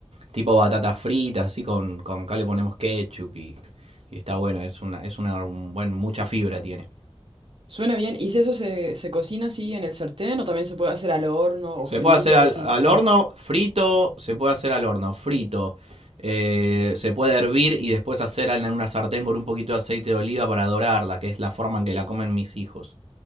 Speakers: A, on the right; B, on the right.
A: tipo batatas fritas, así con, con acá le ponemos ketchup y, y está bueno, es una, es una un buen, mucha fibra tiene.
B: Suena bien. ¿Y si eso se, se cocina así en el sartén o también se puede hacer al horno o
A: Se
B: frito,
A: puede hacer al,
B: así
A: al
B: como
A: horno
B: tal?
A: frito, se puede hacer al horno frito, eh, se puede hervir y después hacer en una sartén con un poquito de aceite de oliva para dorarla, que es la forma en que la comen mis hijos.